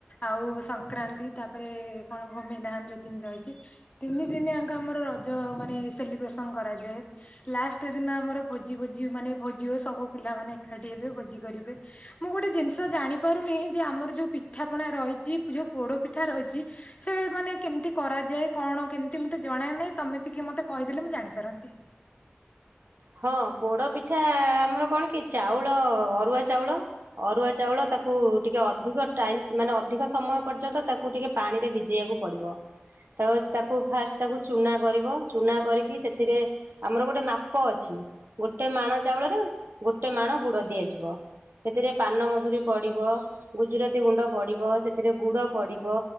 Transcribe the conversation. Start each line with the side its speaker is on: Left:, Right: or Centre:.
Left: ଆଉ ସଂକ୍ରାନ୍ତି ତାପରେ କଣ ଭୂମି ଦାହାନ ଯୋଉ ତିନି ରହିଚି। ତିନି ଦିନି ଆଙ୍କ ଆମର ରଜ ମାନେ ସେଲିବ୍ରେସନ କରାଯାଏ। ଲାଷ୍ଟ ହେଲେ ଆମର ଭୋଜି ଭୋଜି ମାନେ ଭୋଜି ସବୁ ପିଲାମାନେ ଏକାଠି ହେବେ ଭୋଜି କରିବେ। ମୁଁ ଗୋଟେ ଜିନିଷ ଜାଣି ପାରୁନି ଯେ ଆମର ଯୋଉ ପିଠାପଣା ରହିଚି ଯୋଉ ପୋଡ ପିଠା ରହିଚି ସେ ମାନେ କେମିତି କରାଯାଏ କଣ କେମିତି ମତେ ଜଣା ନାହିଁ ତମେ ଟିକେ ମତେ କହିଦେଲେ ମୁଁ ଜାଣିପାରନ୍ତି।
Right: ହଁ ପୋଡ଼ ପିଠା ଆମର କଣ କି ଚାଉଳ ଅରୁଆ ଚାଉଳ ଅରୁଆ ଚାଉଳ ତାକୁ ଟିକେ ଅଧିକ ଟାଇମ୍ ମାନେ ଅଧିକ ସମୟ ପର୍ଯ୍ୟନ୍ତ ତା କୁ ଟିକେ ପାଣି ରେ ଭିଜେଇବାକୁ ପଡିବ। ତ ତାକୁ ଫାଷ୍ଟ ତାକୁ ଚୂନା କରିବ ଚୂନା କରିକି ସେଥିରେ ଆମର ଗୋଟେ ମା ପ ଅଛି ଗୋଟେ ମାଣ ଚାଉଳରେ ଗୋଟେ ମାଣ ଗୁଡ ଦିଆଯିବ। ସେଥିରେ ପାନ ମଧୁରୀ ପଡିବ, ଗୁଜୁରାତି ଗୁଣ୍ଡ ପଡିବ, ସେଥିରେ ଗୁଡ ପଡିବ